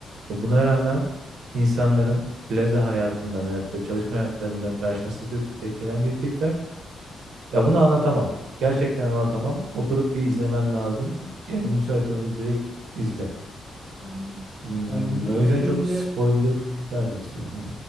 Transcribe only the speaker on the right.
Ve buna rağmen insanların plaza hayatında veyahut da çalışma hayatlarında karşına sık sık denk gelen bir tipler. Ya bunu anlatamam. Gerçekten anlatamam. Oturup bir izlemen lazım. Yani müsait olunca direkt izle.
Hmm,
o
yüzden çok spoiler vermek istiyorum.